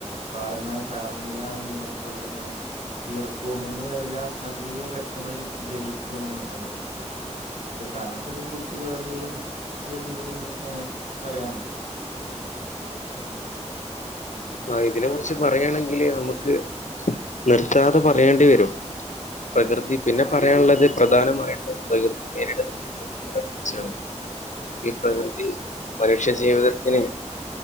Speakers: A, on the right; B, on the left.
A: പാഠങ്ങളെ താപനില ആണെങ്കിലും അതുപോലെ തന്നെ ഈർപ്പവുംഎന്നിവയെല്ലാം അജീവ ഘട്ടങ്ങളിൽ ജ്വലിക്കുന്ന സംഭവം അപ്പൊ താങ്കൾക്ക് ഇതിനെ കുറിച്ച് വേറെ എതെങ്കിലും നല്ല രീതിയിൽ മുന്നേ പറയാനുണ്ടോ <unintelligible>
B: ആ ഇതിനെ കുറിച്ച് പറ യേ ണെങ്കില് നമുക്ക് നിർത്താതെ പറയേണ്ടി വരും പ്രകൃതി പിന്നെ പറയാനുള്ളത് പ്രധാനമായിട്ടും പ്രകൃതി നേരത്തെ ച്ച് ഈ പ്രകൃതി മനുഷ്യ ജീവിതത്തിന്